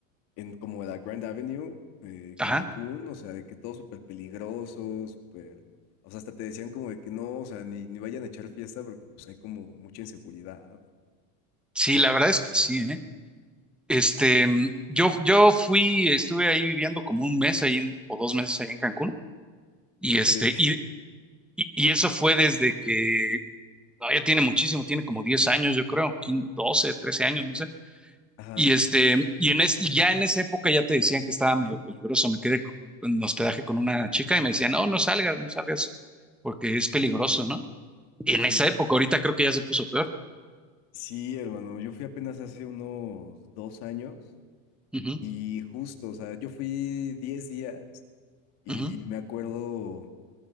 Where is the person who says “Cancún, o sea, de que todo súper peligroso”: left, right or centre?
Left